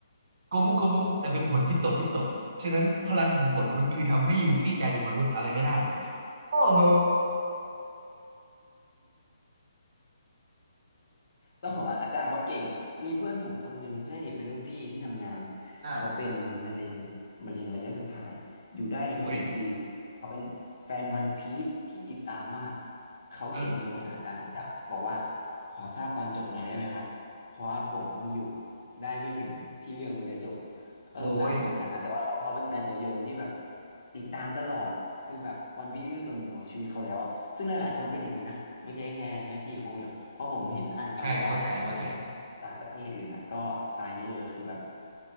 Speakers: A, on the right (about 55°); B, on the left (about 65°).
A: โกมุโกมุแต่เป็นผลฮิตโตฮิตโตฉะนั้นพลังของผลมันคือทำให้ยูฟี่กลายเป็นมนุษย์อะไรก็ได้โอ้โห
B: ต้องบอกว่าอาจารย์เขาเก่งมีเพื่อนผมคนหนึงที่ได้ดเป็นรุ่นพี่ที่ทำงาน
A: อ่า
B: เขาเป็นมะเร็งมะเร็งระยะสุดท้ายอยู่ได้อีกไม่ถึงปี
A: โอ้ย
B: เขาเป็นแฟนวันพีซที่ติดตามมากเขาเขียนเมลไปหาอาจารย์โอดะบอกว่า
A: เออ
B: ขอทราบตอนจบหน่อยได้ไหมครับเพราะว่าผมคงอยู่ได้ไม่ถึงที่เรื่องมันจะจบ ก็สงสารเขาเหมือนกันนะแต่ว่าเขาเขาเป็นแฟนตัวยงที่แบบ
A: โอ้ย
B: ติดตามตลอดคือแบบวันพีซคือส่วนหนึ่งของชีวิตเขาแล้วอะซึ่งหลายๆคนเป็นอย่างนี้นะไม่ใช่แค่แค่พี่คนเดียวเพราะผมเห็นอ่านตามบล็อกของ
A: ใช่เข้าใจเข้าใจ
B: ต่างประเทศอื่นอะก็สไตล์นี้เลยคือแบบ